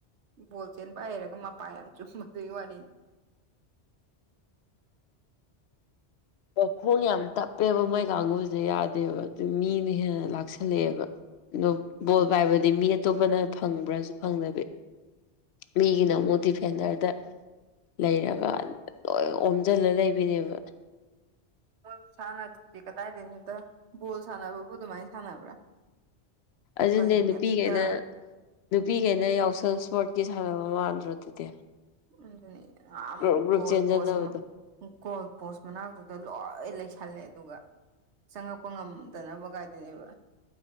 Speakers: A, on the right; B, on the left.
A: ꯕꯣꯜ ꯆꯦꯟꯕ ꯍꯩꯔꯒ ꯃꯄꯥ ꯌꯥꯝ ꯆꯨꯝꯕꯗꯨꯒꯤ ꯋꯥꯔꯤꯅꯤ <inaudible>
B: ꯋꯥꯈꯣꯡ ꯌꯥꯝ ꯇꯞꯄꯦꯕ ꯃꯣꯏ ꯀꯥꯡꯒꯨꯖꯦ ꯌꯥꯗꯦꯕ ꯑꯗꯨ ꯃꯤꯅ ꯍꯦꯟꯅ ꯂꯥꯛꯁꯤꯜꯂꯛꯑꯦꯕ ꯗꯨ ꯕꯣꯜ ꯄꯥꯏꯕꯗꯤ ꯃꯤ ꯑꯇꯣꯞꯄꯅ ꯐꯪꯕ꯭ꯔꯥꯖꯨ ꯐꯪꯗꯕꯤ ꯃꯤꯒꯤꯅ ꯑꯃꯨꯛ ꯗꯤꯐꯦꯟꯗꯔꯗ ꯂꯩꯔꯒ ꯂꯣꯏ ꯑꯣꯝꯖꯜꯂ ꯂꯩꯕꯤꯅꯦꯕ
A: ꯃꯣꯏ ꯈꯨꯁꯥꯟꯅꯗꯨꯗꯤ ꯀꯗꯥꯏꯗꯩꯅꯣꯗ ꯕꯣꯜ ꯁꯥꯟꯅꯕꯕꯨ ꯑꯗꯨꯃꯥꯏꯟ ꯁꯥꯟꯅꯕ꯭ꯔꯥ
B: ꯑꯖꯨꯅꯦ
A: ꯀꯩꯅꯣ
B: ꯅꯨꯄꯤꯒꯩꯅ
A: ꯍꯦꯛꯇ
B: ꯅꯨꯄꯤꯒꯩꯅ ꯌꯥꯎꯁꯪ ꯁ꯭ꯄꯣꯔꯠꯀꯤ ꯁꯥꯟꯅꯕ ꯃꯥꯟꯗ꯭ꯔꯣ ꯑꯗꯨꯗꯤ
A: ꯃꯗꯨꯅꯦ ꯌꯥꯝ
B: ꯒ꯭ꯔꯨꯞ ꯒ꯭ꯔꯨꯞ
A: ꯒꯣꯜ
B: ꯆꯦꯟꯖꯟꯅꯕꯗꯣ
A: ꯄꯣꯁ ꯃ ꯒꯣꯜ ꯄꯣꯁ ꯃꯅꯥꯛꯇꯨꯗ ꯂꯣꯏ ꯂꯩꯁꯜꯂꯦ ꯑꯗꯨꯒ ꯆꯪꯉꯛꯄ ꯉꯝꯗꯅꯕ ꯒꯥꯥꯏꯗꯨꯅꯦꯕ